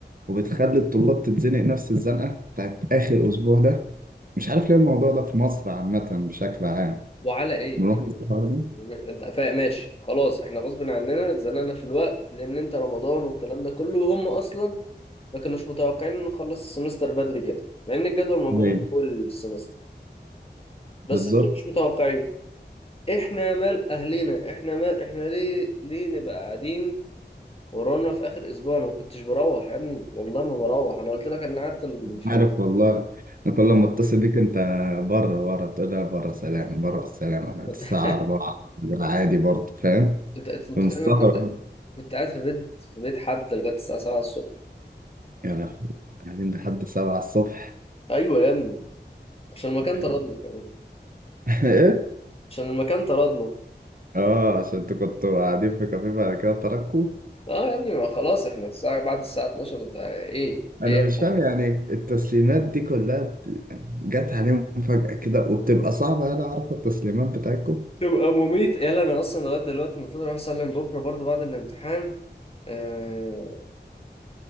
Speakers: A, on the right (about 50°); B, on the left (about 30°).
A: وبتخلي الطلاب تتزنق نفس الزنقة بتاعت آخر أسبوع ده مش عارف ليه الموضوع ده في مصر عامة بشكل عام
B: وعلى ايه
A: ملاحظ
B: يعني
A: الحوار ده؟
B: انت فاهم ماشي خلاص احنا غصب عننا اتزنقنا في الوقت لان انت رمضان والكلام ده كله وهم اصلا ما كانوش متوقعين ان نخلص السمستر بدري كده مع ان الجدول موجود
A: أيوه
B: من اول السمستر بس
A: بالظبط
B: انتوا مش متوقعين احنا مال اهلنا احنا مال احنا ليه ليه نبقى قاعدين ورانا في اخر اسبوع انا ما كنتش بروح يا ابني والله ما بروح انا قلت لك انا قعدت ال... في...
A: عارف والله أنا كل ما أتصل بيك أنت بره بره تقول لي بره سلام بره سلام الساعة
B: <laughs>
A: 4 عادي برضه فاهم
B: انت انت متخيل
A: فمستغرب
B: إن انا كنت كنت قاعد في بيت في بيت حد لغايه الساعه 7 الصبح
A: يا لهوي قاعدين لحد 7 الصبح
B: ايوه يا ابني عشان المكان
A: يا
B: طردنا
A: لهوي.
B: كمان
A: <laughs> إيه؟
B: عشان المكان طردنا
A: آه عشان أنتوا كنتوا قاعدين في كافيه بعد كده تركوا
B: اه يا ابني ما خلاص احنا الساعه بعد الساعه 12 انت ايه
A: انا
B: ايه يا
A: مش فاهم
B: ابني
A: يعني التسليمات دي كلها بت- جت عليهم فجأة كده وبتبقى صعبة انا اعرف التسليمات بتاعتكم
B: تبقى مميت يلا انا اصلا لغايه دلوقتي المفروض اروح اسلم بكره برضو بعد الامتحان آه،